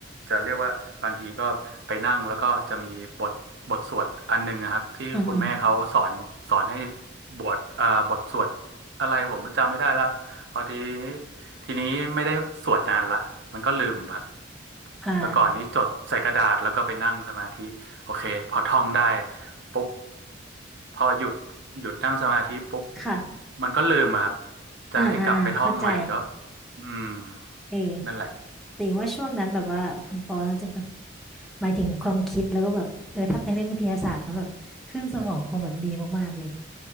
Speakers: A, on the right; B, in the centre.
A: จะเรียกว่าบางทีก็ไปนั่งแล้วก็จะมีบทบทสวดอันหนึงนะครับที่คุณแม่เขาสอนสอนให้
B: อืมอืม
A: บทเอ่อบทสวดอะไรผมจำไม่ได้แล้วพอทีนี้ทีนี้ไม่ได้สวดนานละมันก็ลืมครับ
B: อ่า
A: แต่ก่อนนี้จดใส่กระดาษแล้วก็ไปนั่งสมาธิ โอเคพอท่องได้ปุ๊บพอหยุดหยุดนั่งสมาธิปุ๊บ
B: ค่ะ
A: มันก็ลืมอะครับจะให้กลับไปท่องใหม่ก็
B: อ่าอ่าอ่าเข้าใจ
A: อืม
B: เออ
A: นั่นแหละ
B: แต่ว่าช่วงนั้นแบบว่าคุณปอน่าจะแบบหมายถึงความคิดแล้วก็แบบเออถ้าเป็นเรื่องวิทยาศาสตร์นะแบบขึ้นสมองคงแบบดีมากๆเลย